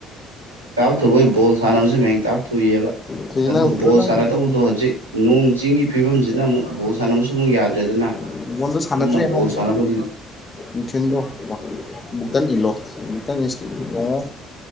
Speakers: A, on the right; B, on the left.
A: ꯊꯨꯕ‌ꫭꯏ ꯕꯣꯜ ꯁꯥꯟꯅꯕꯁꯤ ꯃꯌꯦꯡ ꯇꯥꯕ ꯊꯨꯏꯑꯕ
B: ꯑꯗꯨꯗꯤ
A: ꯑꯗꯨꯗ
B: ꯅꯪ ꯕ꯭ꯔꯗꯔ
A: ꯕꯣꯜ ꯁꯥꯟꯅꯗꯧꯕꯗꯣ ꯍꯧꯖꯤꯛ ꯅꯣꯡ ꯆꯤꯡꯒꯤ ꯐꯤꯕꯝꯁꯤꯅ ꯑꯃꯨꯛ ꯚꯣꯜ ꯁꯥꯟꯅꯕꯁꯨ ꯑꯃꯨꯛ ꯌꯥꯗ꯭ꯔꯦꯗꯅ
B: ꯅꯪ ꯕꯣꯟꯗꯣ ꯁꯥꯟꯅꯗ꯭ꯔꯦ
A: ꯑꯗꯨꯅ ꯚ‌ꫭꯜ
B: ꯍꯥꯏꯕꯗꯣ
A: ꯁꯥꯟꯕꯒꯤ
B: ꯅꯨꯡꯊꯤꯟꯗꯣ ꯕꯩꯛꯇꯟ ꯏꯜꯂꯣ ꯕꯨꯛꯇꯪ ꯏ ꯌꯦꯡꯉꯣ